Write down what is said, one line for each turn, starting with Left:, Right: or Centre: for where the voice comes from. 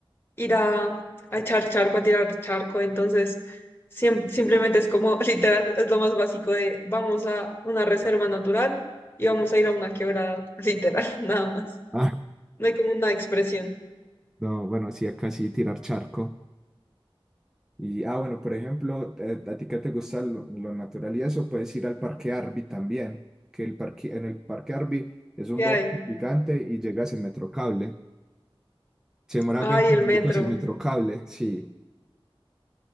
Left: ir a, a echar charco, a tirar charco, entonces siem- simplemente es como <laughs> literal, es lo más básico de vamos a una reserva natural y vamos a ir a una quebrada, <laughs> literal, nada más.
Centre: Ah,
Left: No hay como una expresión.
Centre: no, bueno, sí, acá sí tirar charco. Y, ah, bueno, por ejemplo, eh, a ti que te gusta lo, lo natural y eso, puedes ir al Parque Arby también, que el parque, en el Parque Arby es un
Left: ¿Qué
Centre: bosque
Left: hay?
Centre: gigante y llegas en Metrocable. Se demora
Left: Ay,
Centre: 20
Left: el
Centre: minutos
Left: metro.
Centre: el Metrocable, sí.